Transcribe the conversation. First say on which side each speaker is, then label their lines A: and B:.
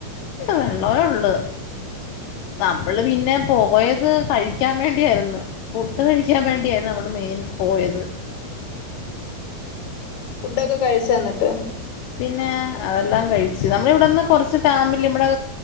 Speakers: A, on the left (about 75°); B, on the left (about 55°).
A: വെള്ളമേ ഉള്ള് നമ്മള് പിന്നെ പോയത് കഴിക്കാൻ വേണ്ടിയായിരുന്നു ഫുഡ് കഴിക്കാൻ വേണ്ടിയായിരുന്നു നമ്മള് മെയിൻ പോയത്
B: ഫുഡൊക്കെ കഴിച്ചോ എന്നിട്ട്?
A: പിന്നെ അതെല്ലാം കഴിച്ചു നമ്മള ഇവിടെന്ന് കുറച്ച് ഫാമിലി നമ്മടെ